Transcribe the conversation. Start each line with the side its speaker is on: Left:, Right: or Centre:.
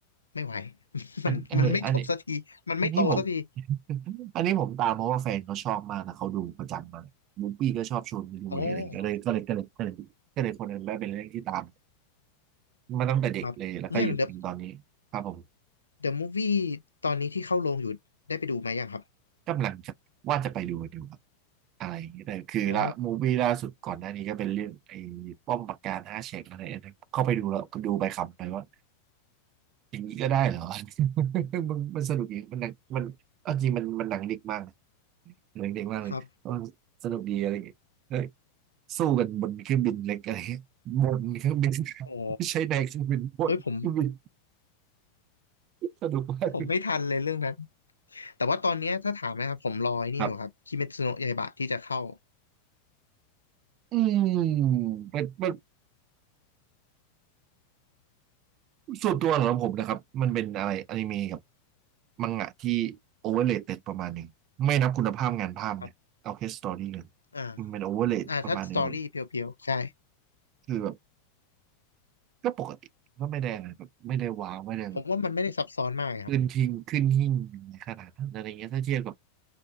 Left: ไม่ไหว <laughs>
Right: อันเอออัน
Left: มันมันไม่จบสักทีมันไม่โตสักที
Right: อันนี้ผม <laughs> อันนี้ผมตามเพราะว่าแฟนเขาชอบมากนะเขาดูประจำมาเลยมูฟี้ก็ชอบชวนไปดูเลยอะไรอย่างเงี้ยก็เลยก็เลยก็เลยก็เลยก็เลยคนนั้นได้เป็นเรื่องที่ตาม
Left: โอ้
Right: มาตั้งแต่เด็กเลยแล้วก็หยุดถึงตอนนี้ครับผม
Left: ครับเรื่อง The The Movie ตอนนี้ที่เข้าโรงอยู่ได้ไปดูไหมยังครับ
Right: กำลังจะว่าจะไปดูดูครับอะไรอย่างเงี้ยแต่คือละมูฟวี่ล่าสุดก่อนหน้านี้ก็เป็นเรื่องไอ้
Left: อ๋อ
Right: ป้อมปราการห้าแฉกอะไรอันนั้นเข้าไปดูแล้วก็ดูไปขำไปว่าอย่างนี้ก็ได้เหรอ <laughs> มันมันสนุกดีมันหนังมันเอาจริงมันมันหนังเด็กมากนะหนังเด็กมากเลยเออ
Left: ครับ
Right: สนุกดีอะไรอย่างเงี้ย สู้กันบนเครื่องบินเล็กอะไรเงี้ยบนเครื่องบิน <laughs>
Left: อ๋อ
Right: ไม่ใช่ในเครื่องบินบนเครื่องบิน
Left: เฮ้ยผม
Right: สนุกมาก
Left: ผมไม่ทันเลยเรื่องนั้นแต่ว่าตอนเนี้ยถ้าถามนะครับผมรอไอ้นี่อยู่ครับคิเมทสึโนะยาอิบะที่จะเข้า
Right: ครับอืมเป็นเป็นส่วนตัวของผมนะครับมันเป็นอะไรอนิเมะกับมังงะที่โอเวอร์เลเต็ดประมาณหนึ่งไม่นับคุณภาพงานภาพนะเอาแค่สตอรี่เลย
Left: ครับอ่า
Right: มันเป็นโอเวอร์เลประมาณหนึ่งแบบ
Left: อ่าถ้าสตอรี่เพียวๆใช่
Right: คือแบบก็ปกติก็ไม่ได้อะไรแบบไม่ได้ว้าวไม่ได้แบบ
Left: ผมว่ามันไม่ได้ซับซ้อนมากครับ
Right: ขึ้นทิ้งขึ้นหิ้งขนาดนั้นอะไรเงี้ยถ้าเทียบกับ